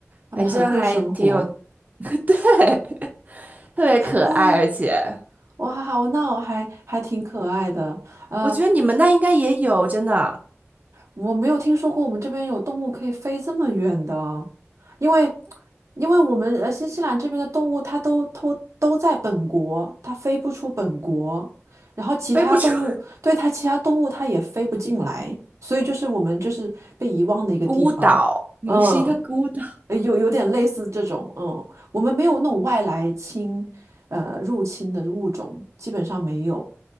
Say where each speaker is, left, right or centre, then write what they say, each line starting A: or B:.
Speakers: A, on the right (about 80°); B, on the right (about 35°).
A: 他们很会生活
B: 反正还挺有，<laughs> 特别可爱，
A: 啊，<gasps>
B: 而且
A: 哇，我那我还还挺可爱的，呃，
B: 我觉得你们那应该也有，真的
A: 我没有听说过我们这边有动物可以飞这么远的，因为因为我们呃新西兰这边的动物它都都都在本国，它飞不出本国，然后其他动物对它其他动物它也飞不进来，
B: 背不出 <laughs>
A: 所以就是我们就是被遗忘的一个地方，
B: 孤岛，你们是一个孤岛，
A: 嗯，呃有有点类似这种，嗯，我们没有那种外来侵呃入侵的物种，基本上没有。